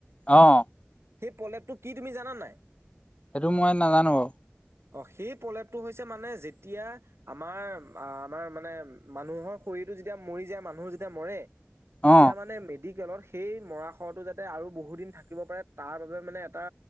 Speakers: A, on the left; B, on the right.
A: অ',
B: সেই পলেপটো কি তুমি জানান নাই।
A: সেইটো মই নাজানো বাৰু।
B: অ' সেই প্ৰলেপটো হৈছে মানে যেতিয়া আমাৰ আ আমাৰ মানে মানুহৰ শৰীৰটো যেতিয়া মৰি যায় মানুহ যেতিয়া মৰে তেতিয়া
A: অ
B: মানে মেডিকেলত সেই মৰা শটো যাতে আৰু বহু দিন থাকিব পাৰে তাৰ বাবে মানে এটা